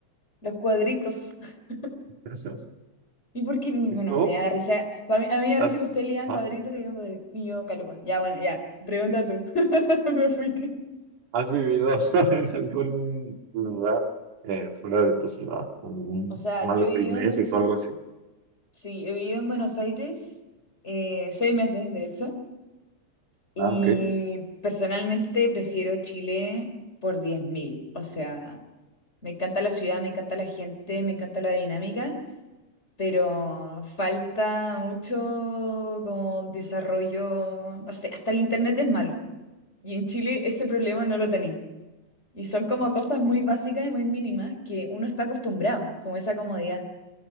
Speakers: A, on the left; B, on the right.
A: los cuadritos. <laughs>
B: ¿Eso?
A: ¿Y por qué? Ni-
B: ¿Y
A: Bueno,
B: tú?
A: me da risa, Pa' mí- a mí me da
B: ¿Has?
A: risa que ustedes lean
B: ah.
A: cuadritos y yo, cuadri- y yo caluga. Ya, bueno, ya, pregunta tú, <laughs> me fui.
B: ¿Has vivido <laughs> en algún lugar eh, fuera de tu ciudad? por algún-
A: O sea,
B: Más
A: yo
B: de
A: he
B: seis
A: vivido
B: meses o algo así.
A: Sí, he vivido en Buenos Aires eh, seis meses, de hecho, y
B: Ah, ok.
A: personalmente prefiero Chile por 10.000. O sea, me encanta la ciudad, me encanta la gente, me encanta la dinámica, pero falta mucho como desarrollo, no sé, hasta el internet es malo. Y en Chile ese problema no lo tenéis. Y son como
B: Ah,
A: cosas
B: ok.
A: muy básicas y muy mínimas que uno está acostumbrado, como esa comodidad.